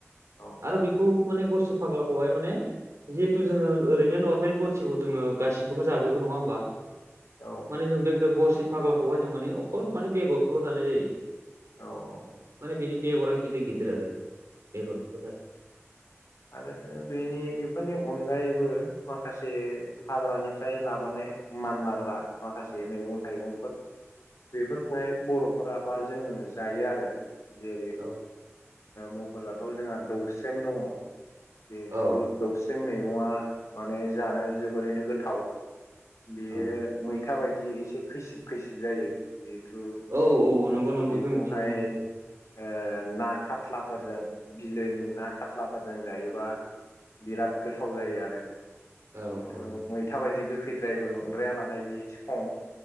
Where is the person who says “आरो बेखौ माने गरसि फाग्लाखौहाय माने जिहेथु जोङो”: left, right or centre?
Right